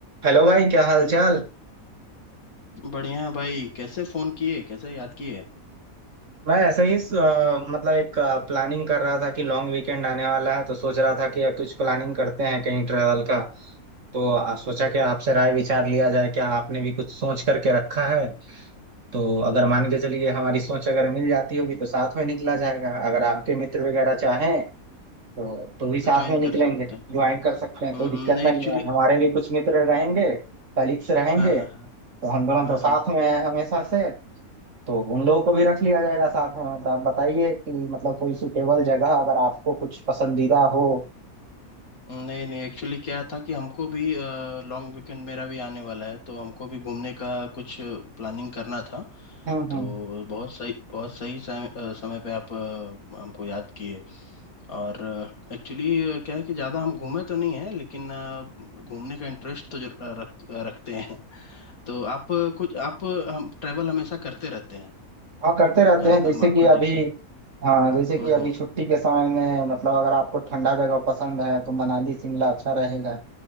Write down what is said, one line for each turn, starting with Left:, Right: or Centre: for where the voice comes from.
Right: हेलो भाई क्या हाल चाल
Left: बढ़िया है भाई कैसे फोन किए कैसे याद किए
Right: मैं ऐसे ही अ, मतलब एक प्लानिंग कर रहा था कि लॉन्ग वीकेंड आने वाला है तो सोच रहा था कि अब कुछ प्लानिंग करते हैं कहीं ट्रेवल का तो आ, सोचा कि आपसे राय विचार लिया जाए क्या आपने भी कुछ सोच करके रखा है तो अगर मान के चलिए हमारी सोच अगर मिल जाती होगी तो साथ में निकला जाएगा अगर आपके मित्र वगैरह चाहें तो तो भी साथ
Left: तो ज्वाइन
Right: में निकलेंगे
Left: कर सकते
Right: ज्वाइन
Left: हैं
Right: कर सकते हैं
Left: हम्म,
Right: कोई दिक्कत
Left: नहीं
Right: नहीं
Left: एक्चुअली
Right: है हमारे भी कुछ मित्र रहेंगे कलीग्स रहेंगे
Left: हाँ हाँ
Right: तो
Left: हाँ
Right: हम दोनों
Left: हाँ
Right: तो साथ
Left: हाँ
Right: में हैं हमेशा से तो उन लोगों को भी रख लिया जाएगा साथ में तो आप बताइए कि मतलब कोई सुटेबल जगह अगर आपको कुछ पसंदीदा हो
Left: नहीं नहीं एक्चुअली क्या था कि हमको भी लॉन्ग वीकेंड मेरा भी आने वाला है तो हमको भी घूमने का कुछ प्लानिंग करना था
Right: हम्म
Left: तो
Right: हम्म
Left: बहुत सही बहुत सही समय, अ, समय पे आप अ, हमको याद किए और एक्चुअली क्या है कि ज़्यादा हम घूमे तो नहीं है लेकिन अ, घूमने का इंटरेस्ट तो जरूर- रख, रखते हैं तो आप अ, कुछ आप अ, हम ट्रैवल हमेशा करते रहते हैं
Right: हाँ करते रहते
Left: जहाँ
Right: हैं जैसे
Left: हम आपका
Right: कि अभी
Left: देखें
Right: हाँ जैसे कि
Left: हम्म
Right: अभी
Left: हम्म
Right: छुट्टी के समय में मतलब अगर आपको ठंडा जगह पसंद है तो मनाली शिमला अच्छा रहेगा